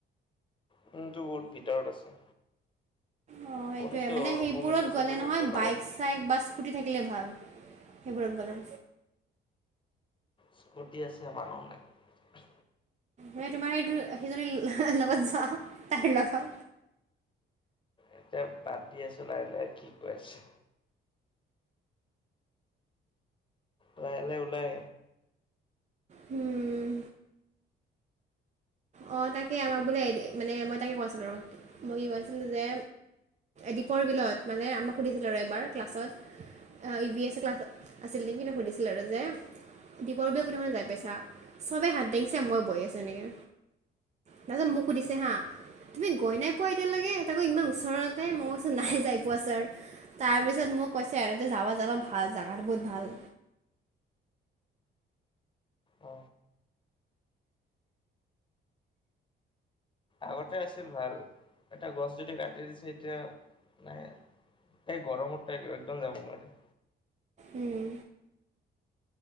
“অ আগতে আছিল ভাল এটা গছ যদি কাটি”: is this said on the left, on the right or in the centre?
Left